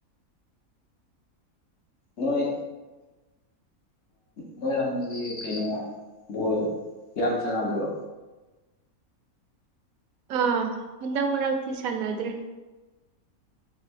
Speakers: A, on the left (about 60°); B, on the right (about 75°).
A: ꯃꯣꯏ ꯅꯣꯏꯔꯗꯗꯤ ꯀꯩꯅꯣ ꯚꯣ ꯌꯥꯝ ꯁꯅꯗ꯭ꯔꯣ
B: ꯑꯥ ꯍꯟꯗꯛ ꯃꯔꯛꯇꯤ ꯁꯥꯟꯅꯗ꯭ꯔꯦ